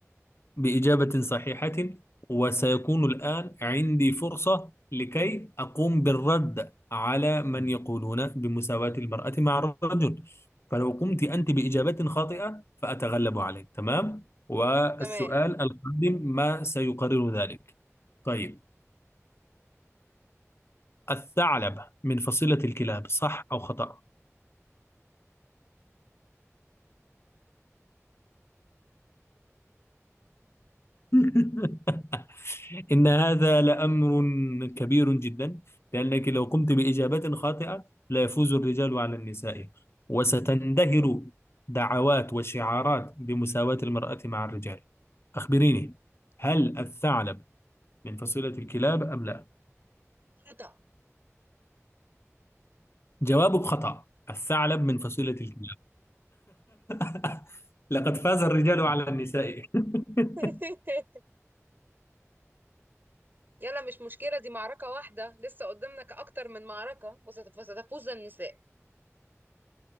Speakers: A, on the left; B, on the right.
A: بإجابة صحيحة وسيكون الآن عندي فرصة لكي أقوم بالرد على من يقولون بمساواة المرأة مع الرجل فلو قمت أنت بإجابة خاطئة فأتغلب عليك تمام والسؤال
B: تمام
A: القادم ما سيقرر ذلك طيب الثعلب من فصيلة الكلاب صح أو خطأ <laughs> إن هذا لأمر كبير جدا لأنك لو قمت بإجابة خاطئة لا يفوز الرجال على النساء وستندهر دعوات وشعارات بمساواة المرأة مع الرجال أخبريني هل الثعلب من فصيلة الكلاب أم لا؟
B: خطأ
A: جوابك خطأ الثعلب من فصيلة الكلاب <laughs> لقد فاز الرجال على النساء <laughs>
B: <laughs> يلا مش مشكلة دي معركة واحدة لسه قدامنا أكتر من معركة وست- وستفوز النساء